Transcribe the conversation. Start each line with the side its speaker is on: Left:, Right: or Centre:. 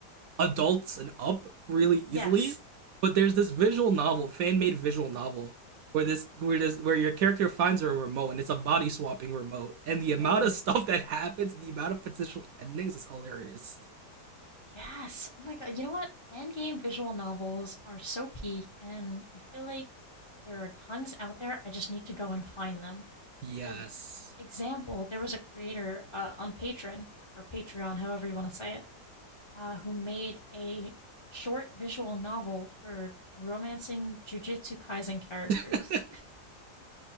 Right: adults and up really easily.
Left: Yes.
Right: But there's this visual novel, fan made visual novel, where this where this where your character finds a remote and it's a body swapping remote, and the amount
Left: Oh.
Right: of stuff that happens, the amount of potential endings is hilarious.
Left: Yes. Oh my God. You know what? Fan game visual novels are so peak, and I feel like there are tons out there. I just need to go and find them.
Right: Yes.
Left: For example, there was a creator uh, on Patreon, or Patreon, however you want to say it, uh, who made a short visual novel for romancing Jujutsu Kaisen characters.
Right: <laughs>